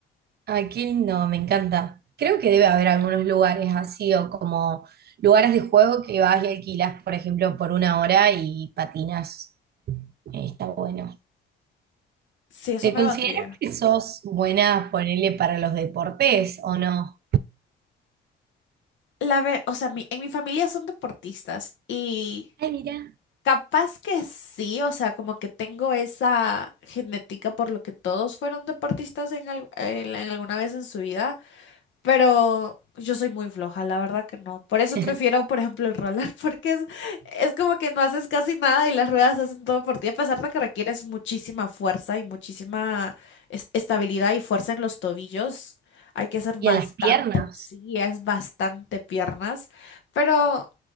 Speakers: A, on the right; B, on the left.
A: Ay, qué lindo, me encanta. Creo que debe haber algunos lugares así o como lugares de juego que vas y alquilas, por ejemplo, por una hora y patinas. Eh, Está bueno.
B: Sí, eso
A: ¿Te
B: me
A: consideras
B: vendría.
A: que sos buena, ponele, para los deportes o no?
B: La ver, o sea, mi- en mi familia son deportistas y
A: Ay, mira.
B: capaz que sí, o sea, como que tengo esa genética por lo que todos fueron deportistas en, al- en- en alguna vez en su vida. Pero yo soy muy floja, la verdad que no. Por eso
A: <laughs>
B: prefiero, por ejemplo, el roller, <laughs> porque es, es como que no haces casi nada y las ruedas hacen todo por ti, a pesar de que requieres muchísima fuerza y muchísima es- estabilidad y fuerza en los tobillos. Hay que hacer bastante,
A: Y en las piernas.
B: sí, es bastante piernas, pero